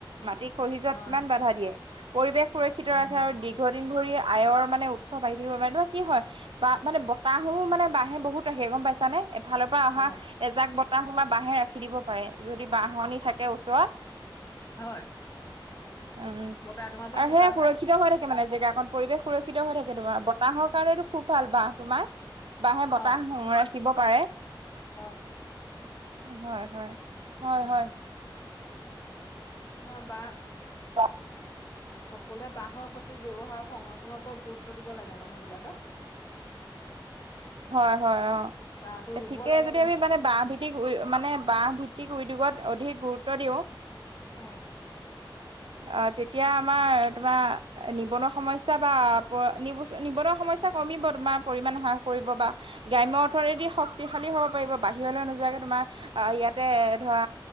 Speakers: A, on the right; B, on the left.
A: মাটি খহি যোৱাত
B: হয়
A: কিমান বাধা দিয়ে পৰিৱেশ সুৰক্ষিত
B: উম
A: ৰাখে আৰু দীৰ্ঘদিন ধৰি আয়ৰ মানে স বাঢ়ি থাকিব পাৰে তুমাৰ কি হয় বা মানে বতাহো মানে বাঁহে বহুত ৰাখে গম পাইছা নে। ফালৰ পৰা
B: হয়
A: অহা এজাক বতাহ সুমা বাঁহে ৰাখি দিব পাৰে, যদি বাহনি থাকে ওচৰত।
B: হয়।
A: উম,
B: বতাহ তোমাৰ পৰা
A: আৰু
B: সকাহ
A: সে সুৰক্ষিত
B: পায়
A: হৈ থাকে মানে জেগাকন। পৰিৱেশ সুৰক্ষিত হৈ থাকে তোমাৰ বতাহৰ কাৰণেতো খুব ভাল বাঁহ তোমাৰ বাঁহে বতাহ
B: হয়
A: সুমুৱাই। থাকিব পাৰে।
B: হয়।
A: হয়-হয়-হয়-হয়।
B: উম,
A: <inaudible>
B: তোমাৰ বা
A: পাঁচ
B: সকলোৱে বাঁহৰ সঠিক ব্যৱহাৰ সংৰক্ষনৰৰ ওপৰত গুৰুত্ব দিব লাগে মানুহবিলাকে। <inaudible>
A: হয়-হয় অ,
B: বাঁহটো
A: এ
B: ৰুব
A: ঠিকে
B: লাগে
A: যদি আমি মানে বাঁহ ভিত তিক উই মানে বাঁহ ভিত্তিক উদ্যোগত অধিক গুৰুত্ব দিও।
B: অ',
A: অ, তেতিয়া আমাৰ তোমাৰ নিবনুৱা সমস্যা বা ব নিবচ নিবনুৱা সমস্যা কমিব তোমা পৰিমাণ হ্ৰাস পৰিব বা গ্ৰাম্য অৰ্থনীতি শক্তিশালী হ'ব পাৰিব বাহিৰলৈ নোযোৱাকে তোমাৰ আহ ইয়াতে ধৰা